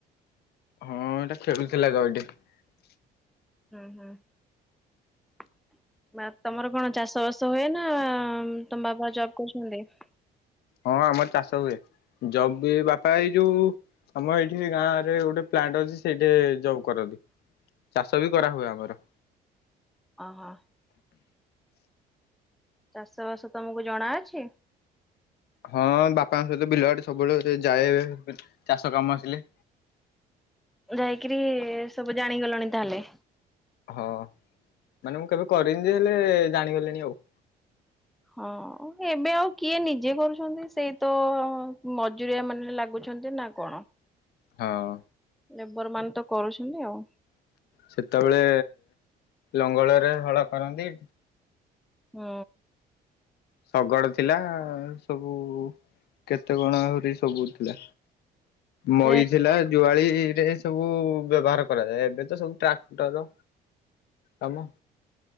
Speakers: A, on the left; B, in the centre.
A: ହଁ ଏଇଟା ଖେଳୁଥିଲା ତ ଏଇଠି ।
B: ହୁଁ ହୁଁ । ବା ତମର କଣ ଚାଷ ବାସ ହୁଏ ନା ତମ ବାପା ଜବ୍ କରୁଛନ୍ତି ।
A: ହଁ ଆମର ଚାଷ ହୁଏ ଜବ ବି ବାପା ଏଇ ଯୋଉ ଆମ ଏଇଠି ଗାଁରେ ଗୋଟେ ପ୍ଲାଣ୍ଟ ଅଛି ସେଇଠି ଜବ କରନ୍ତି। ଚାଷ ବି କରା ହୁଏ ଆମର।
B: ଓହୋ ଚାଷବାସ ତମକୁ ଜଣା ଅଛି?
A: ହଁ ବାପାଙ୍କ ସହିତ ବିଲଆଡେ ସବୁବେଳେ ଯାଏ ଏ ଚାଷ କାମ ଆସିଲେ।
B: ଯାଇକିରି ସବୁ ଜାଣିଗଲଣି ତାହେଲେ?
A: ହଁ ମାନେ ମୁଁ କେବେ କରିନି ଯେ ହେଲେ ଜାଣିଗଲିଣି ଆଉ।
B: ହଁ ଏବେ ଆଉ କିଏ ନିଜେ କରୁଛନ୍ତି ସେଇ ତ ମଜୁରିଆ ମାନେ ଲାଗୁଚ୍ ଅଛନ୍ତି ନା କଣ?
A: ହଁ।
B: ଲେବର ମାନ ତ କରୁଚନ୍ତି ଆଉ।
A: ସେତେବେଳେ ଲଙ୍ଗଳରେ ହଳ କରନ୍ତି।
B: ହୁଁ।
A: ଶଗଡ଼ ଥିଲା ସବୁ କେତେ କଣ ଆହୁରି ସବୁ ଥିଲା। ମଇ
B: ଯେ
A: ଥିଲା। ଜୁଆଳି ରେ ସବୁ ବ୍ୟବହାର କରାଯାଏ। ଏବେ ତ ସବୁ ଟ୍ରାକ୍ଟର କାମ।